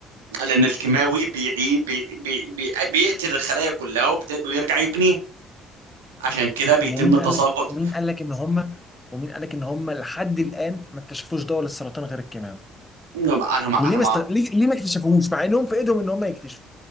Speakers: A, on the right; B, on the left.
A: لان الكيماوي بيعي... بي... بي... بي... بيقتل الخلايا كلها وبت... ويرجع يبنيها عشان كده بيتم
B: طب ومين
A: تساقط
B: قال لك ومين قال لك ان هم ومين قال لك ان هم لحد الان ما اكتشفوش دواء للسرطان غير الكيماوي
A: انا ما
B: وليه
A: انا ما
B: ما است... ليه... ليه ما اكتشفوهوش مع انهم في ايدهم ان هم يكتشفوا